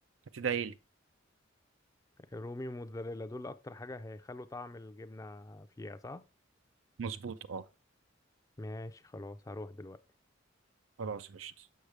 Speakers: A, on the right; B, on the left.
A: هتدعي لي
B: رومي وموتزاريلا دول اكتر حاجة هيخلوا طعم الجبنة فيها صح
A: مظبوط اه
B: ماشي خلاص هروح دلوقتي
A: خلاص قشطة